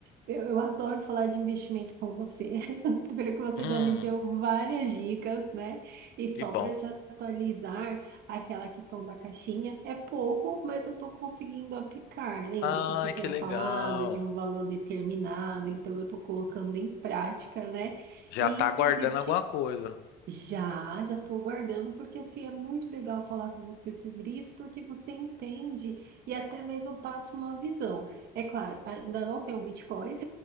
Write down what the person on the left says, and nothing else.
Hum,
que bom.
Ai,
que legal.
Já
tá
guardando alguma
coisa.